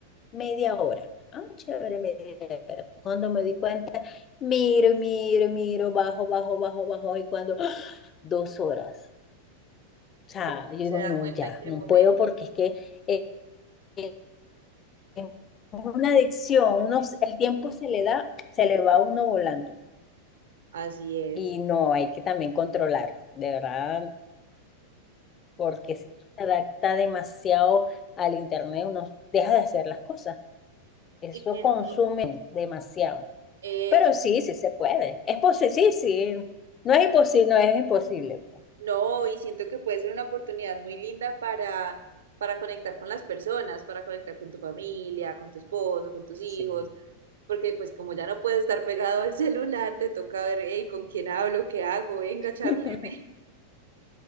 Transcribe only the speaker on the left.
media hora. Ah, chévere, media hora. Cuando me di cuenta, Miro, miro, miro, bajo, bajo, bajo, bajo, y cuando ¡ah! dos horas. O sea,
yo
digo,
no,
ya,
no
puedo porque es que eh, eh, es una adicción, uno, el tiempo se le da, se le va a uno volando.
Y no, hay que también controlar, de verdad, porque si uno se adapta demasiado al internet, uno deja de hacer las cosas. Eso
consume demasiado.
Pero sí, sí se puede. Es posible, sí, sí. No es imposible, no es imposible, pues.
Sí.
<laughs>